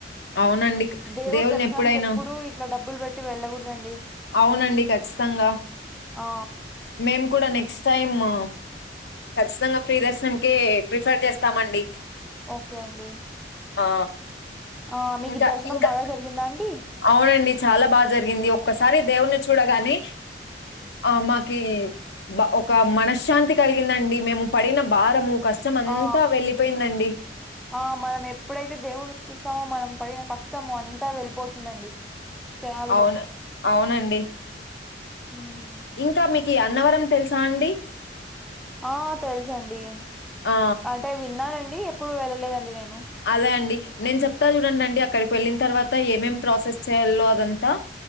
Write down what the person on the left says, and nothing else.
అవునండి
దేవుని
ఎప్పుడైనా
అవునండి ఖచ్చితంగా
మేము కూడా నెక్స్ట్ టైము ఖచ్చితంగా ఫ్రి దర్శనంకే ప్రిఫర్ చేస్తామండి
ఆ
ఇంకా
ఇంకా
అవునండి చాలా బాగా జరిగింది ఒక్కసారి దేవుని చూడగాని ఆ మాకి ఒక మనశ్శాంతి కలిగిందండి మేము పడిన భారము కష్టమంతా
వెళ్ళిపోయిందండి.
అవును అవునండి
ఇంకా మీకి అన్నవరం తెలుసా అండి
ఆ!
అదే అండి నేను చెప్తా చూడండి అండి అక్కడికి వెళ్ళిన తర్వాత ఏమేం ప్రాసెస్ చేయాలో అదంతా